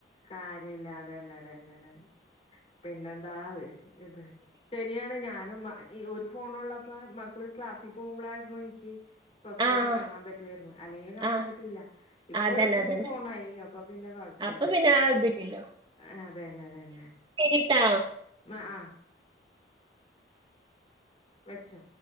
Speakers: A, on the left; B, on the right.
A: കാര്യല്ലാതെ അതന്നെ അത തന്നെതന്നെ പിന്നെന്താ അതെ ശരിയാണ് ഞാനും ഒരു ഫോണള്ളപ്പോ മക്കള് ക്ലാസ്സിൽ പോകുമ്പോളായിരുന്നു സ്വസ്ഥായിട്ട്
B: ആഹ്
A: കാണാൻ പറ്റുവായിരുന്നു അല്ലെങ്കിലും കാണാൻ
B: ആഹ്
A: പറ്റൂില്ല ഇപ്പൊ
B: അതന്നെ
A: ഓരോരുത്തർക്ക്
B: അതന്നെ
A: ഫോണായി അപ്പൊ പിന്നെ കുഴപ്പില്ല
B: അപ്പൊ പിന്നെ ആ ഇതില്ലല്ലോ
A: ആഹ് അതെന്നെ അതെന്നെ
B: ശരിട്ടാ
A: ആഹ് ആഹ് വെച്ചോ